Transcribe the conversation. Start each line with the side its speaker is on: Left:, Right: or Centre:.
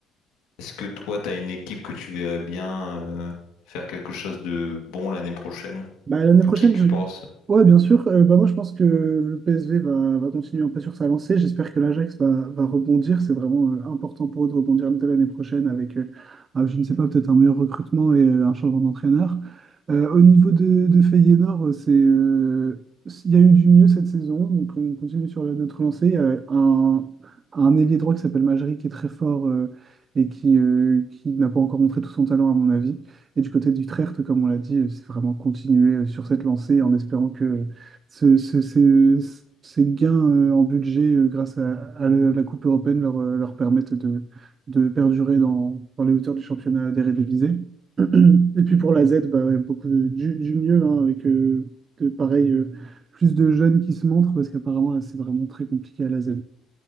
Left: Est-ce que toi, t'as une équipe que tu verrais bien euh, faire quelque chose de bon l'année prochaine?
Right: Bah, l'année prochaine,
Left: Qui tu
Right: je-
Left: penses?
Right: ouais, bien sûr. Euh, bah, moi, je pense que le PSV va, va continuer un peu sur sa lancée. J'espère que l'Ajax va, va rebondir. C'est vraiment euh, important pour eux de rebondir dès l'année prochaine avec, euh, ah, je ne sais pas, peut-être un meilleur recrutement et euh, un changement d'entraîneur. Euh, au niveau de, de Feyenoord, euh, c'est, euh, il y a eu du mieux cette saison. Donc, on continue sur notre lancée. Il y a un, un ailier droit qui s'appelle Majri qui est très fort euh, et qui, euh, qui n'a pas encore montré tout son talent, à mon avis. Et du côté d'Utrecht, comme on l'a dit, euh, c'est vraiment continuer euh, sur cette lancée en espérant que euh, ce- ce- ce- ce- ces gains euh, en budget euh, grâce à, à la la Coupe européenne leur, euh, leur permettent de, de perdurer dans, dans les hauteurs du championnat d'Eredivisie. <clears throat> Et puis pour la Z, bah, ouais, beaucoup de- du, du mieux, hein, avec euh, de, pareil, euh, plus de jeunes qui se montrent, parce qu'apparemment, là, c'est vraiment très compliqué à la Z.